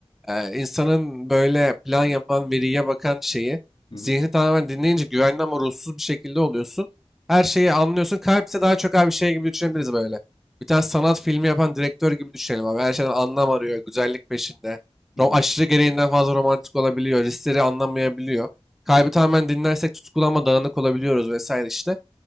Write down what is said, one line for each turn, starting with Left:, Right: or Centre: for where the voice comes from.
Centre: Ee, insanın böyle plan yapan, veriye bakan şeyi
Left: Hı
Centre: zihni
Left: hı.
Centre: tamamen dinleyince güvenli ama ruhsuz bir şekilde oluyorsun. Her şeyi anlıyorsun. Kalp ise daha çok abi şey gibi düşünebiliriz böyle. Bir tane sanat filmi yapan direktör gibi düşünelim abi. Her şeyden anlam arıyor, güzellik peşinde.
Left: Hı
Centre: Ro
Left: hı.
Centre: aşırı gereğinden fazla romantik olabiliyor, riskleri anlamayabiliyor. Kalbi tamamen dinlersek tutkulu ama dağınık olabiliyoruz vesaire işte.